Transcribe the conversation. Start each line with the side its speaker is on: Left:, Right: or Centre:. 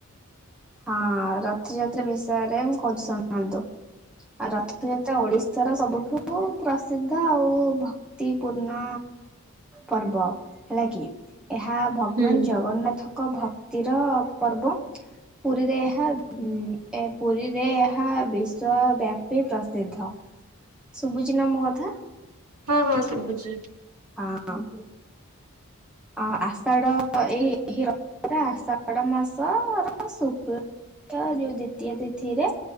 Centre: ହଁ ରଥଯାତ୍ରା ବିଷୟରେ ମୁଁ ଖୋଜନ୍ତୁ ଶୁଣନ୍ତୁ। ଆଉ ରଥଯାତ୍ରା ଓଡ଼ିଶାର ସବୁଠୁ ଉ ପ୍ରସିଦ୍ଧ ଆଉ ଭକ୍ତିପୂର୍ଣ୍ଣ ପର୍ବ। ହେଲା କି। ଏହା ଭଗବାନ୍
Right: ହୁଁ
Centre: ଜଗନ୍ନାଥଙ୍କ ଭକ୍ତିର ପର୍ବ। ପୁରୀରେ ଏହା ଇମ୍ ପୁରୀରେ ଏହା ବିଶ୍ୱବ୍ୟାପୀ ପ୍ରସିଦ୍ଧ। ଶୁବୁଚି ନା ମୋ କଥା?
Right: ହଁ ହଁ ଶୁବୁଚି।
Centre: ହଁ ଅଁ ଆ ଆଷାଢ଼ ଏହି ର ଏଟା ଆଷାଢ଼ ମାସର ଶୁକ୍ଳ କ୍ଷ ଯୋଉ ଦ୍ଵିତୀୟା ତିଥିରେ